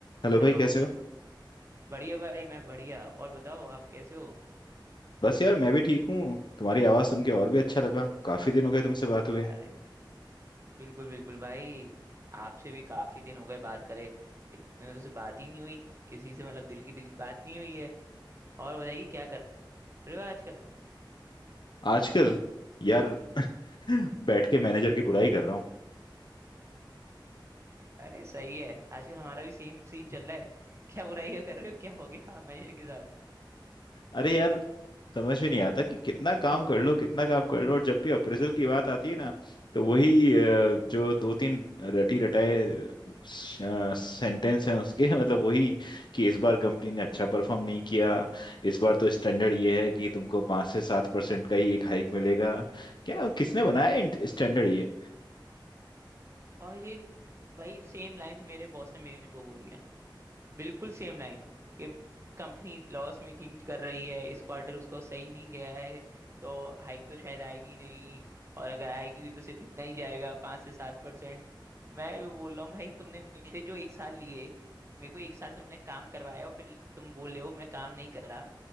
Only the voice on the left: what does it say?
Hello भाई
कैसे हो
बस यार मैं भी ठीक हूँ तुम्हारी आवाज़ सुन के और भी अच्छा लगा काफी दिन हो गए तुमसे बात हुए
आजकल यार <laughs> बैठ के मैनेजर की बुराई कर रहा हूँ
अरे यार समझ में नहीं आता कि कितना काम कर लो कितना काम कर लो और जब भी अप्रेजल की बात आती है ना तो वही अ, जो दो तीन रटी रटाए सेंटेंस हैं उसके <laughs> मतलब वही कि इस बार कंपनी ने अच्छा परफॉर्म नहीं किया इस बार तो स्टैंडर्ड ये है कि तुमको पाँच से सात परसेंट का ही एक हाइक मिलेगा क्या किसने बनाया स्टैंडर्ड ये